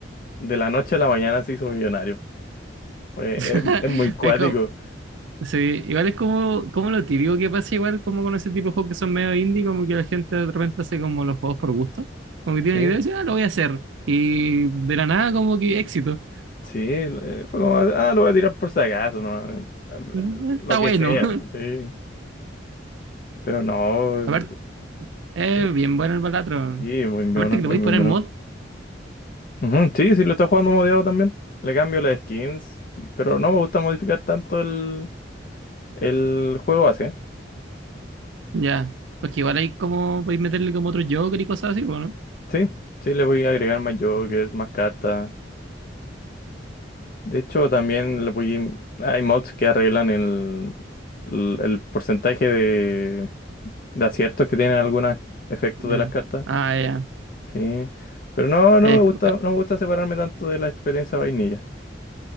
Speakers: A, on the left (about 45°); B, on the right (about 85°).
A: de la noche a la mañana se hizo millonario. Oye,
B: <laughs>
A: es, es muy cuático,
B: Es como, Sí, igual es como, como lo típico que pasa, igual como con ese tipo de juegos que son medio indie, como que la gente de repente hace como los juegos por gusto, como que tiene
A: sí.
B: una idea y dice, ah, lo voy a hacer. Y de la nada, como que éxito. <laughs>
A: Sí, eh, fue como, ah, lo voy a tirar por si acaso, no, eh,
B: Mm,
A: lo
B: Está
A: que
B: bueno.
A: sea, sí, pero no,
B: <laughs>
A: eh,
B: Aparte, es
A: es-
B: bien bueno el Balatron.
A: sí, es muy bueno,
B: Aparte que le podéis
A: es muy
B: poner
A: bueno.
B: mod,
A: Ujú, sí, sí, lo está jugando modiado también, le cambio las skins, pero no me gusta modificar tanto el, el juego así,
B: ya. Porque igual hay como, podéis meterle como otro Joker y cosas así, bueno.
A: sí, sí, le voy a agregar más jokers,
B: Mm.
A: más cartas, de hecho también le voy, hay mods que arreglan el, el, el porcentaje de, de aciertos que tienen algunos efectos
B: Ya.
A: de las cartas.
B: Ah, ya.
A: Sí, pero no, no
B: Es-
A: me gusta,
B: ah,
A: no me gusta separarme tanto de la experiencia vainilla.